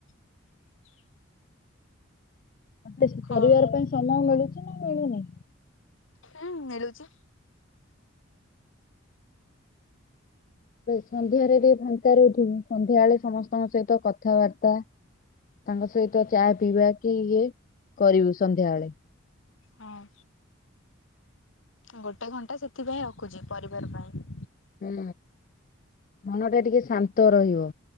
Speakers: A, on the left; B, on the left.
A: <inaudible>
B: ତତେ
A: ହଉ
B: ପରିବାର ପାଇଁ ସମୟ ମିଳୁଛି ନା ମିଳୁନି?
A: ହୁଁ ମିଳୁଛି। <inaudible>
B: ସନ୍ଧ୍ୟାରେ ବି ଫାଙ୍କା ରଉଥିବୁ! ସନ୍ଧ୍ୟାବେଳେ ସମସ୍ତଙ୍କ ସହିତ କଥାବାର୍ତ୍ତା ତାଙ୍କ ସହିତ ଚା ପିଇବା କି ଇଏ କରିବୁ ସନ୍ଧ୍ୟାବେଳେ।
A: ହଁ। ଗୋଟେ ଘଣ୍ଟା ସେଥିପାଇଁ ରଖୁଛି, ପରିବାର ପାଇଁ।
B: ହୁଁ ମନ ଟା ଟିକେ ଶାନ୍ତ ରହିବ